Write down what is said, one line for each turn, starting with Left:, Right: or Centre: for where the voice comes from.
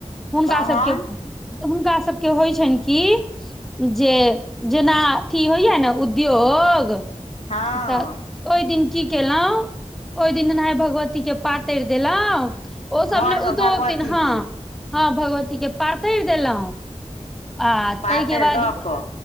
Centre: हुनका
Left: तहन
Centre: सभके हुनका सभके होइ छनि की जे जेना अथी होइया ने उद्योग
Left: हँ
Centre: तऽ ओ दिन की केलौं ओई दिन एनाही भगवती के पातरि देलौ ओई
Left: घरमे
Centre: सब नै उदोग
Left: भगवतीके
Centre: दिन हँ हँ भगवती के पातैर देलौ आ
Left: पातरि
Centre: ताईके बाद
Left: दऽ कऽ